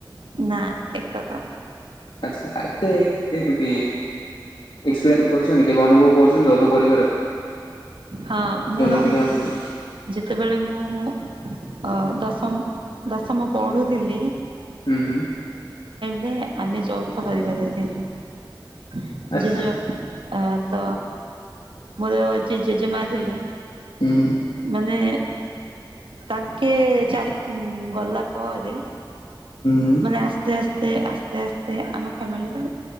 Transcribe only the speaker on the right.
ନା ଏକକ।
ହଁ
ମୁଁ ରହୁଥିଲି।
ଯେତେବେଳେ ମୁଁ ଅ ଦଶମ ଦଶମ ପଢ଼ୁଥିଲି।
ଦେ ଆମେ ଯୌଥ ପରିବାରରେ ଥିଲୁ।
ଜେଜେବା ଆ ତ ମୋର ଯିଏ ଜେଜେମା ଥିଲେ
ମାନେ ତାଙ୍କେ ଚାଲ୍ ଉଁ ଗଲା ପରେ
ମାନେ ଆସ୍ତେ ଆସ୍ ତେ ଆସ୍ତେ ଆସ୍ତେ ଆମ ଫ୍ୟାମିଲିଟା